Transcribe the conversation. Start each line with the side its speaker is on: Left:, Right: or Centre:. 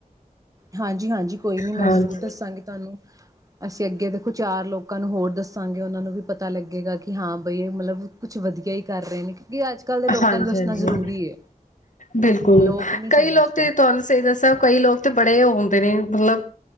Right: ਹਾਂਜੀ ਹਾਂਜੀ ਕੋਈ ਨੀ ਮੈਂ
Left: ਹਾਂਜੀ
Right: ਜ਼ਰੂਰ ਦੱਸਾਂਗੀ ਤੁਹਾਨੂੰ, ਅਸੀਂ ਅੱਗੇ ਦੇਖੋ ਚਾਰ ਲੋਕ ਲੋਕਾਂ ਨੂੰ ਹੋਰ ਦੱਸਾਂਗੇ ਉਹਨਾਂ ਨੂੰ ਵੀ ਪਤਾ ਲੱਗੇਗਾ ਕਿ ਹਾਂ ਬਈ ਮਤਲਬ ਕੁਛ ਵਧੀਆ ਹੀ ਕਰ ਰਹੇ ਨੇ ਕਿਉਂਕਿ ਅੱਜ-ਕੱਲ੍ਹ ਦੇ ਲੋਕਾਂ
Left: ਹਾਂਜੀ,
Right: ਨੂੰ ਦੱਸਣਾ
Left: ਹਾਂਜੀ,
Right: ਜ਼ਰੂਰੀ
Left: ਹਨ
Right: ਏ।
Left: ਬਿਲਕੁਲ
Right: ਲੋਕ ਨੀ ਸਮਝਦੇ
Left: ਕਈ ਲੋਕ ਤੇ ਤੁਹਾਨੂੰ ਸਹੀ ਦੱਸਿਆ ਕਈ ਲੋਕ ਤੇ ਬੜੇ ਉਹ ਹੁਨ ਦੇ ਨੇ। ਮਤਲਬ